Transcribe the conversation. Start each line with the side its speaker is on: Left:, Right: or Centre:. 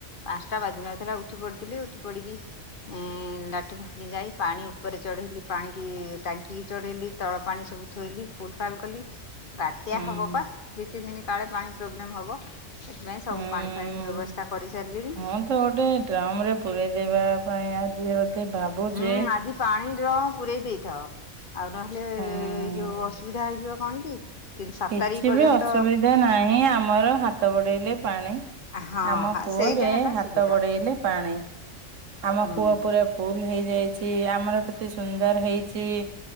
Left: ପାଞ୍ଚଟା ବାଜିନଥିଲା ଉଠି ପଡିଥିଲି ଉଠି ପଡିକି ହଁ ଲାଟିନ ଫାଟି ଯାଇ ପାଣି ଉପରେ ଚଢେଇଲି ପାଣି କି ଟାଙ୍କି ଚଢେଇଲି ତଳ ପାଣି ସବୁ ଥୋଇଲି ଫୁଲ ଫାଲ କଲି ବାତ୍ୟା
Right: ହୁଁ
Left: ହେବ ପା ଦୁଇ ତିନି ଦିନ କାଳେ ପାଣି ପ୍ରୋବ୍ଲେମ୍ ହବ। ସେଥିପାଇଁ ସବୁ
Right: ହୁଁ।
Left: ପାଣି ଫାଣି ବ୍ୟବସ୍ଥା କରି ସାରିଲିଣି।
Right: ହଁ ତ ଗୋଟେ ଡ୍ରମ ରେ ପୁରେଇ ଦେବା ପାଇଁ ଆଜି ଭାବୁଛି।
Left: ହୁଁ ଆଜି ପାଣି ଡ୍ର ପୁରେଇ ଦେଇଥାଏ। ଆଉ ନହେଲେ ଏଇ
Right: ହୁଁ
Left: ଯୋଉ ଅସୁବିଧା ହେଇଯିବ କଣ କି ତିନି ସାତ
Right: କିଛି
Left: ତାରିଖ ପର୍ଯ୍ୟନ୍ତ
Right: ବି ଅସୁବିଧା ନାହିଁ ଆମର ହାତ ବଡେଇଲେ ପାଣି।
Left: ହଁ
Right: ଆମ କୂଅରେ
Left: ସେଇଟା ହେଲା
Right: ହାତ
Left: ସୁବିଧା
Right: ବଢେଇଲେ ପାଣି। ଆମ
Left: ହୁଁ
Right: କୂଅ ପୁରା ଫୁଲ ହେଇଯାଇଛି ଆମର କେତେ ସୁନ୍ଦର ହେଇଛି।